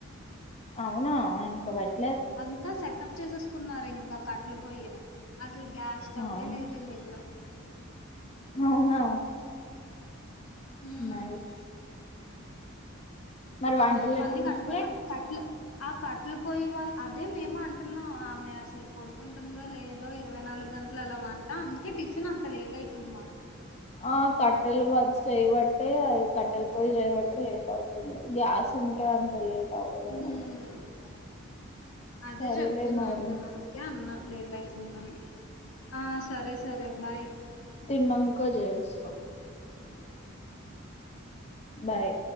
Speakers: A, on the left; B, on the left.
A: అవునా ఇంకా పట్
B: అంతా సెటప్ చేసేసుకున్నారు ఇంకా ఇంకా కట్టెలు పోయ అసలు గ్యాస్ స్టవే
A: అవును
B: లేదు వీళ్ళ దగ్గర
A: అవునా
B: హ్మ్.
A: నైస్ మరి వంటలు
B: మొత్తం
A: ఎట్లా
B: అన్ని కట్ల
A: ఉంటున్నాయి
B: కట్ల ఆ కట్టలు పోయే వాళ్ళ అదే మేము అంటున్నా ఆమె అసలు పడుకుంటుందో లేదో ఇరవై నాలుగు గ దాంట్లాలో వంట అందుకే టిఫిన్ అంత లేట్ అయితుంది నాకు
A: ఆ కట్టెలు చేయబట్టే అది కట్టెలు పోయి చేయబట్టే లేట్ అవుతుంది గ్యాస్ తుంటే అంతలేట్ అవ్వదేమో
B: హ్మ్. అదే
A: సరేలే
B: చెప్తున్నాను
A: మరి
B: కదా అందుకే అన్న లేట్ అయితుందని ఆ సరే సరే బాయ్
A: తిన్నాంక చేస్తా బాయ్